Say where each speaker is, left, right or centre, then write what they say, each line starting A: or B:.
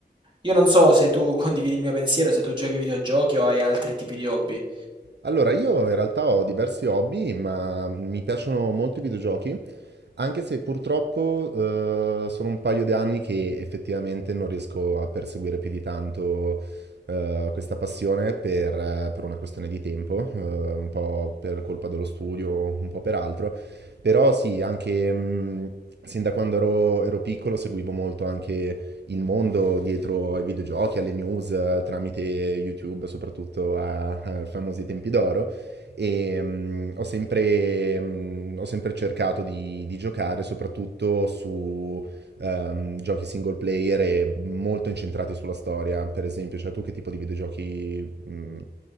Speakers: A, on the right (about 25°); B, on the right (about 75°).
A: Io non so se tu condividi il mio pensiero, se tu giochi ai videogiochi o hai altri tipi di hobby.
B: Allora, io in realtà ho diversi hobby, ma mi piacciono molto i videogiochi, anche se purtroppo eh, sono un paio di anni che effettivamente non riesco a perseguire più di tanto eh, questa passione per, eh, per una questione di tempo, eh, un po' per colpa dello studio, un po' per altro. Però sì, anche mh, sin da quando ero, ero piccolo seguivo molto anche il mondo dietro ai videogiochi, alle news, eh, tramite YouTube, soprattutto a- ai famosi tempi d'oro. E mh, ho sempre, mh, ho sempre cercato di, di giocare soprattutto su ehm, giochi single player e molto incentrati sulla storia. Per esempio, cioè tu che tipo di videogiochi mh,